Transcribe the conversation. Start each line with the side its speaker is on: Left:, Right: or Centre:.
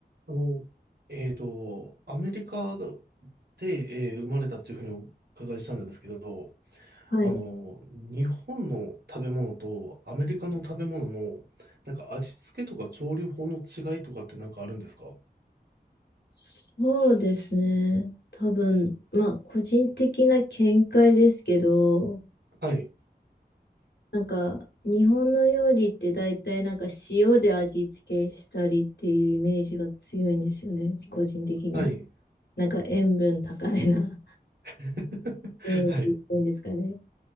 Right: あの、えーと、アメリカで、えー生まれたというふうにお伺いしたんですけど、
Left: はい。
Right: あの、日本の食べ物とアメリカの食べ物の、なんか味付けとか調理法の違いとかってなんかあるんですか
Left: そうですね。多分、まあ、個人的な見解ですけど、
Right: はい。
Left: なんか、日本の料理って大体なんか塩で味付けしたりっていうイメージが強いんですよね。個人的に。
Right: はい。
Left: なんか塩分高めな
Right: <laughs>
Left: <laughs> イメージっていうんですかね。
Right: はい。